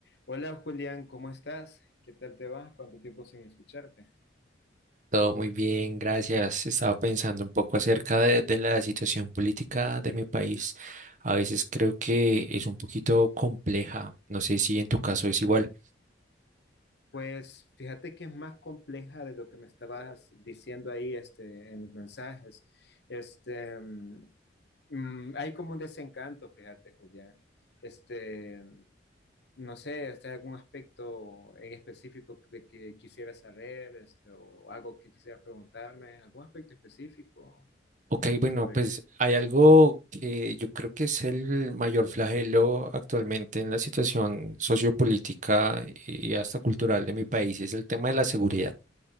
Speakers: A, on the left; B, on the right.
A: Hola Julián, ¿cómo estás? ¿Qué tal te va? ¿Cuánto tiempo sin escucharte?
B: Todo muy bien, gracias. Estaba pensando un poco acerca de, de la situación política de mi país. A veces creo que es un poquito compleja. No sé si en tu caso es igual.
A: Pues fíjate que es más compleja de lo que me estabas diciendo ahí este, en los mensajes. Este, mm, mm, hay como un desencanto, fíjate Julián. Este, no sé, ¿está algún aspecto en específico de que quisieras saber este, o algo que quisieras preguntarme? ¿Algún aspecto específico
B: Ok,
A: sobre
B: bueno, pues hay algo que yo creo que es el mayor flagelo actualmente en la situación sociopolítica y hasta cultural de mi país, y es el tema de la seguridad.